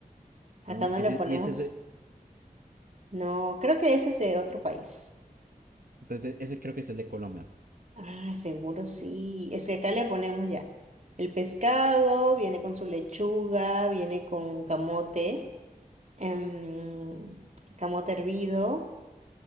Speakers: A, on the right; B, on the right.
A: Acá
B: ¿No?
A: no
B: Ese,
A: le ponemos.
B: y ese es, de-
A: No, creo que ese es de otro país.
B: entonces, ese creo que es el de Colombia.
A: Ah, seguro sí. Es que acá le ponemos ya. El pescado viene con su lechuga, viene con camote, em, camote hervido.